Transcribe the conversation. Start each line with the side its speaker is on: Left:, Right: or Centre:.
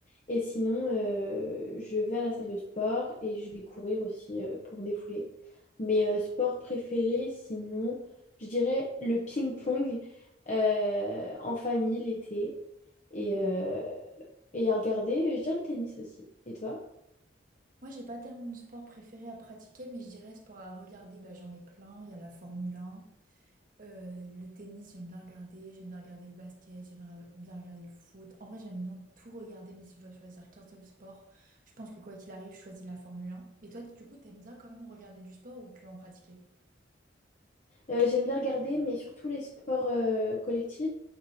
Left: Et sinon, euh, je vais à la salle de sport et je vais courir aussi euh, pour me défouler. Mais euh, sport préféré, sinon je dirais le ping-pong euh, en famille l'été et,
Right: mm.
Left: euh, et à regarder, je dirais le tennis aussi. Et toi?
Right: Moi, j'ai pas tellement de sport préféré à pratiquer, mais je dirais sport à regarder, bah, j'en ai plein. Il y a la Formule un euh, le tennis, j'aime bien regarder. J'aime bien regarder le basket, j'aime re- bien regarder le foot. En vrai, j'aime bien tout regarder, mais si je dois choisir qu'un seul sport, je pense que quoi qu'il arrive, je choisis la Formule un Mais toi, du coup, t'aimes bien quand même regarder du sport ou que en pratiquer?
Left: Euh, j'aime bien regarder, mais surtout les sports euh, collectifs.